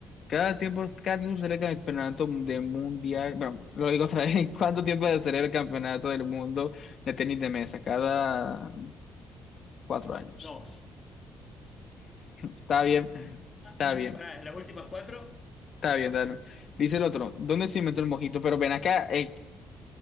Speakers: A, on the left; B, on the left.
A: Cada tiempo, cada tiempo se celebra el campeonato de mundial. Bueno, lo digo otra vez. <laughs> ¿Cuánto tiempo se celebra el campeonato del mundo de tenis de mesa? Cada Cuatro años.
B: Dos.
A: Está bien,
B: <laughs>
A: está bien,
B: Para las últimas cuatro.
A: está bien, dale. Dice el otro, ¿dónde se inventó el mojito? Pero ven acá, eh,